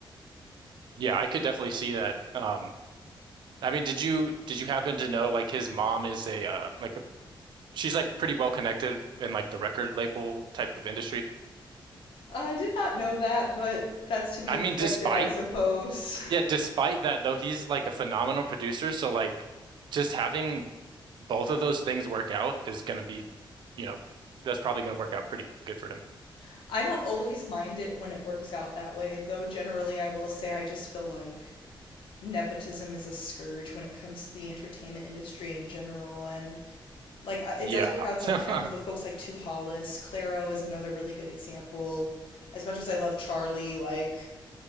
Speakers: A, on the right; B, on the left.
A: Yeah, I could definitely see that. Um I mean, did you did you happen to know like his mom is a uh, like she's like pretty well connected in like the record label type of industry.
B: I did not know that, but that's to be
A: I
B: expected,
A: mean, despite
B: I suppose.
A: yeah, despite that though, he's like a phenomenal producer. So like, just having both of those things work out is gonna be, you know, that's probably gonna work out pretty good for him.
B: <laughs> I don't always mind it when it works out that way, though generally I will say I just feel like nepotism is a scourge when it comes to the entertainment industry in general, and Like I-
A: Yeah.
B: it does work out sometimes
A: <laughs>
B: with folks like Tu Hollis. Claro is another really good example. As much as I love Charlie, like